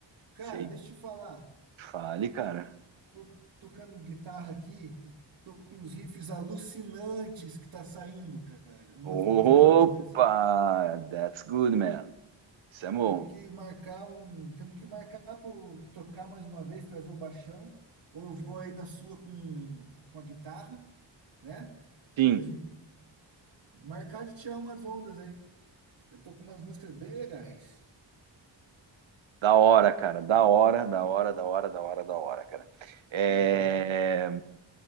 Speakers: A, on the right (about 65°); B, on the right (about 85°).
A: Cara,
B: Sei.
A: deixa eu te falar,
B: Fale, cara.
A: tô tocando guitarra aqui, tô com uns riffs alucinantes que tá saindo, cara. Umas,
B: Opa,
A: umas melodias.
B: that's good, man. Isso é bom.
A: Temos que marcar um. Temos que marcar para tocar mais uma vez, trazer o baixão. Ou eu vou aí na sua com, com a guitarra, né?
B: Sim.
A: Pra gente marcar de tirar umas ondas aí. Eu tô com umas músicas bem legais.
B: Da hora, cara. Da hora, da hora, da hora, da hora, da hora, cara. É,
A: Aham.